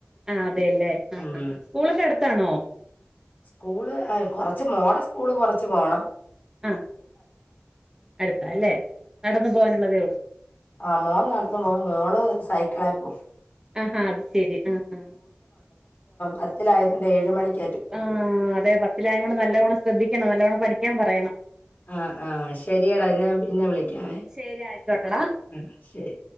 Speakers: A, on the right; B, on the left.
A: ആ അതെയല്ലേ ആ
B: ഉം
A: ആ സ്കൂളൊക്കെ അടുത്താണോ
B: സ്കൂള് കൊറച്ച് മോഡ സ്കൂൾ കുറച്ച് പോകണം.
A: ആ അടുത്താ അല്ലെ നടന്നു പോവാനുള്ളതേ ഉള്ളൂ
B: ആ മോൻ നടന്നു പോ മോള് സൈക്കിളാ പോകവും
A: ആഹാ അത് ശെരി ആ ആ
B: പത്തിലായയത് കൊണ്ട് ഏഴ് മണിക്ക്
A: ആ അതെ പത്തിലായം കൊണ്ട് നല്ലവണം ശ്രദ്ധിക്കണം നല്ലവണം പഠിക്കാൻ പറയണം
B: ആ ആ ശരിയടാ ഇന്ന് ഞാൻ പിന്നെ വിളിക്കാവേ
A: ശരി ആയിക്കോട്ടെടാ
B: ആ ശരി